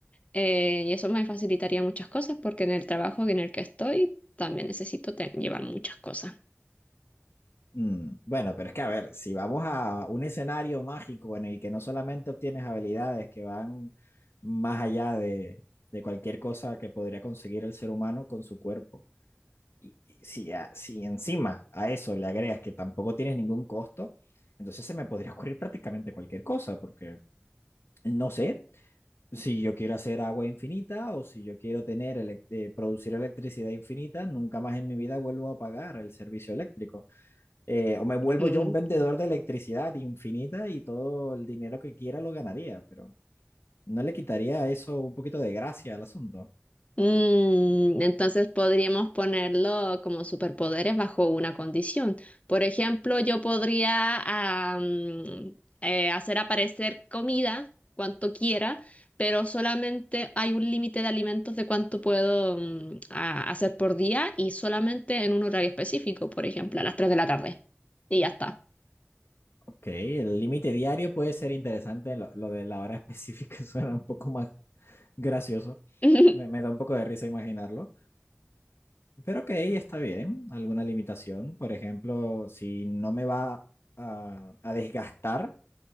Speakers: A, on the left (about 30°); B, on the left (about 70°).
A: Eh, y eso me facilitaría muchas cosas porque en el trabajo en el que estoy también necesito te- llevar muchas cosas.
B: Mm, Bueno, pero es que a ver, si vamos a un escenario mágico en el que no solamente obtienes habilidades que van más allá de, de cualquier cosa que podría conseguir el ser humano con su cuerpo, y, y si, a- si encima a eso le agregas que tampoco tienes ningún costo, entonces se me podría ocurrir prácticamente cualquier cosa, porque no sé si yo quiero hacer agua infinita o si yo quiero tener elec- eh, producir electricidad infinita, nunca más en mi vida vuelvo a pagar el servicio eléctrico eh, o me vuelvo
A: Mm.
B: yo un vendedor de electricidad infinita y todo el dinero que quiera lo ganaría, pero no le quitaría eso un poquito de gracia al asunto.
A: Mm, entonces podríamos ponerlo como superpoderes bajo una condición. Por ejemplo, yo podría am, eh, hacer aparecer comida cuanto quiera, pero solamente hay un límite de alimentos de cuánto puedo mm, a- hacer por día y solamente en un horario específico, por ejemplo, a las 3 de la tarde. Y ya está.
B: Ok, el límite diario puede ser interesante, lo, lo de la hora específica <laughs> suena un poco más gracioso,
A: <laughs>
B: me, me da un poco de risa imaginarlo, pero ok, está bien, alguna limitación, por ejemplo, si no me va a, a desgastar